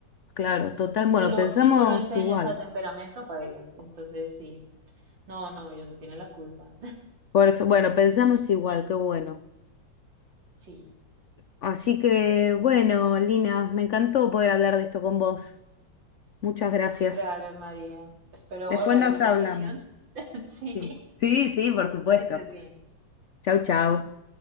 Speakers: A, on the left; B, on the right.
A: claro, total.
B: Si
A: Bueno,
B: tú lo,
A: pensamos
B: si tú lo enseñas
A: igual.
B: a temperamento, bailas. Entonces, sí. No, no, ellos no tienen la culpa.
A: Por eso, bueno, pensamos igual, qué bueno.
B: Sí.
A: Así que, bueno, Lina, me encantó poder hablar de esto con vos. Muchas gracias.
B: Gracias, María. Espero
A: Después
B: hablar
A: nos
B: en otra
A: hablamos.
B: ocasión. <laughs> Sí,
A: Sí, sí, sí, por supuesto.
B: que estés bien.
A: Chau, chau.